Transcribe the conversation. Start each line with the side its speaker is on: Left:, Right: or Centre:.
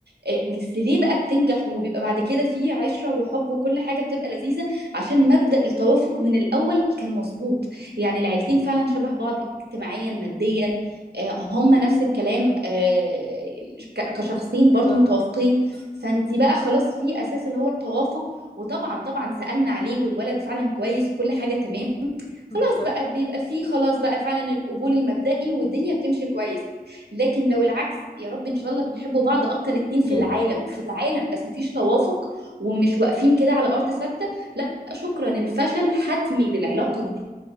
Right: آه، بس ليه بقى بتنجح وبيبقى بعد كده في عشره وحب وكل حاجه بتبقى لذيذه عشان مبدأ التوافق من الاول كان مظبوط يعني العيلتين فعلا شبه بعض اجتماعيا ماديا آه، هم نفس الكلام آه، ك- كشخصين برضو
Left: بالظبط
Right: متوافقين فانت بقى خلاص في اساس اللي هو التوافق وطبعا طبعا سالنا عليه والولد فعلا كويس وكل حاجه تمام خلاص
Left: بالظبط
Right: بقى بيبقى في خلاص بقى فعلا القبول المبدئي والدنيا بتمشي كويس لكن لو العكس يا رب ان شاء الله بيحبوا بعض اكتر اتنين في
Left: امم
Right: العالم في العالم بس مفيش توافق ومش واقفين كده على ارض ثابته لا شكرا الفشل حتمي للعلاقه دي